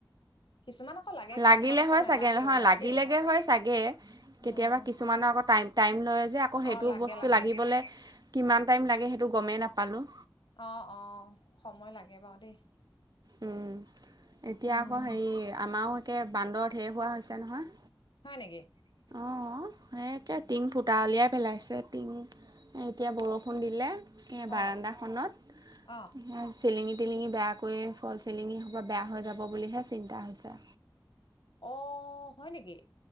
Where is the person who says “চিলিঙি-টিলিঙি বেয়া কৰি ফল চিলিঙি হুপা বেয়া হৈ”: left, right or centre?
Right